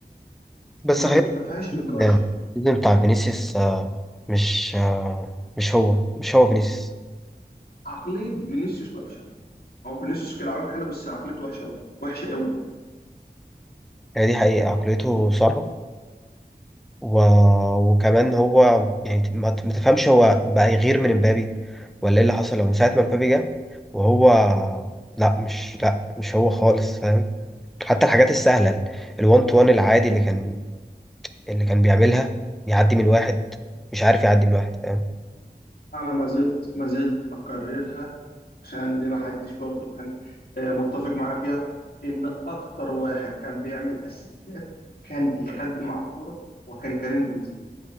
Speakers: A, in the centre; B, on the left.
A: بس
B: ما
A: غير
B: ما فيهاش
A: إن
B: نقاش
A: السيزون بتاع فينيسيوس آه، مش آه، مش هو مش هو فينيسيوس
B: عقلية فينيسيوس وحشة هو فينيسيوس كلاعب حلو بس عقليته وحشه قوي وحشه قوي
A: هي دي حقيقه عقليته صعبه و... وكمان هو يعني ما ت- ما تفهمش هو بقى يغير من امبابي ولا ايه اللي حصل هو من ساعة ما امبابي جه وهو لا مش لا مش هو خالص فاهم حتى الحاجات السهلة ال الوان تو وان العادي اللي كان اللي كان بيعملها يعدي من واحد مش عارف يعدي من واحد فاهم
B: انا ما زلت ما زلت اكررها عشان دي ما حدش برضو كان آه، متفق معايا فيها ان اكتر واحد كان بيعمل اسيستات وكان بيخدم على الكوره وكان كريم بنزيما